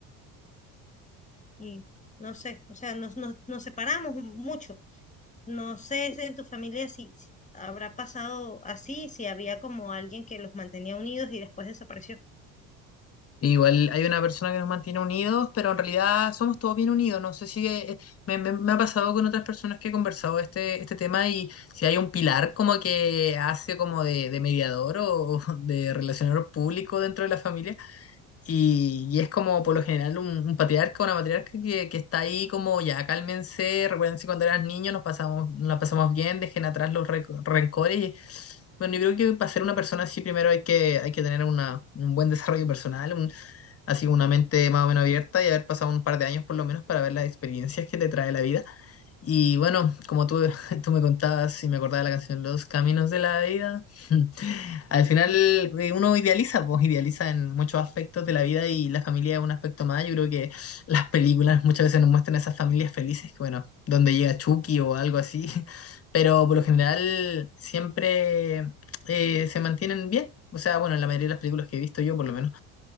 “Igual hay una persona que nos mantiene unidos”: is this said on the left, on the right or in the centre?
Left